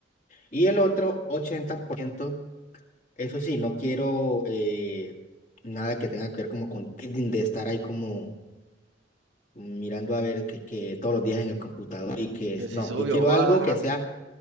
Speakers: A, on the left; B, on the right.
A: Y el otro ochenta por ciento eso sí, no quiero eh, nada que tenga que ver como con trading, de estar ahí como mirando a ver que, que todos los días en el computador y que es,
B: Que
A: no,
B: si sube
A: yo quiero
B: o
A: algo
B: baja,
A: que sea